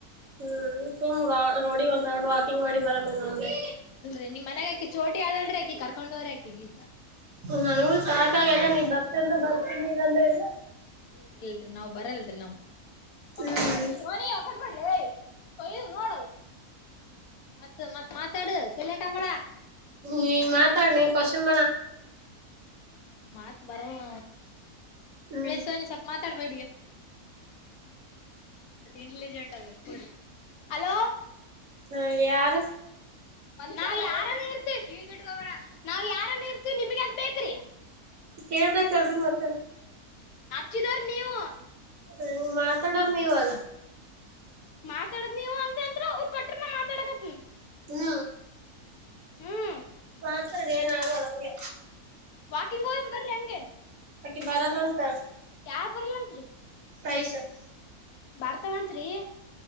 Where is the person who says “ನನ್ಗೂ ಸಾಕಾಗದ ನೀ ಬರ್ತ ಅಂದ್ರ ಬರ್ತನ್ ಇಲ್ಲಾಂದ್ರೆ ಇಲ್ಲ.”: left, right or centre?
Right